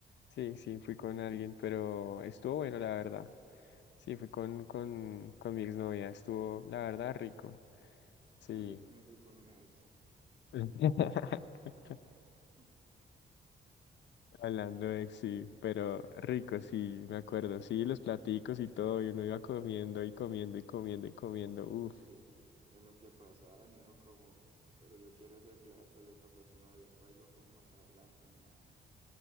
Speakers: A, on the left; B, on the right.
A: Sí, sí, fui con alguien, pero estuvo bueno, la verdad. Sí, fui con, con, con mi exnovia, estuvo, la verdad, rico. Sí.
B: <laughs> Yo también fui con una ex.
A: <laughs>
B: <laughs>
A: Hablando de ex, sí, pero rico, sí, me acuerdo. Sí, los platicos y todo, y uno iba comiendo y comiendo y comiendo y comiendo.
B: Sí,
A: uff,
B: sí. En lo que pasaban y uno como, pero yo quiero ese plato y otra persona va y lo coge más adelante. nada.